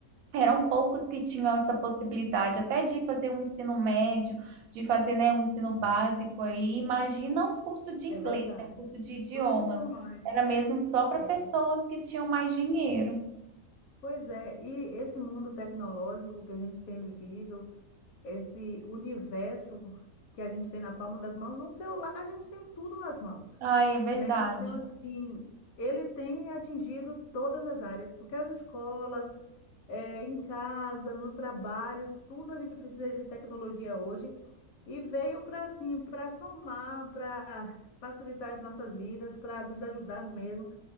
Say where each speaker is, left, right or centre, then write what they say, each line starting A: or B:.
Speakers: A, on the right (about 80°); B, on the left (about 85°).
A: eram poucos que tinham essa possibilidade, até de fazer um ensino médio, de fazer, né, um ensino básico aí. Imagina um curso de inglês,
B: é verdade.
A: né, um curso de idiomas.
B: Tudo online.
A: Era mesmo só para pessoas
B: É.
A: que tinham mais dinheiro.
B: Pois é, e esse mundo tecnológico que a gente tem vivido, esse universo que a gente tem na palma das mãos, um celular a gente tem tudo nas mãos,
A: Ai, é verdade.
B: né? Então, assim, ele tem atingido todas as áreas, porque as escolas, eh, em casa, no trabalho, tudo a gente precisa de tecnologia hoje, e veio para, assim, para somar, para facilitar as nossas vidas, para nos ajudar mesmo.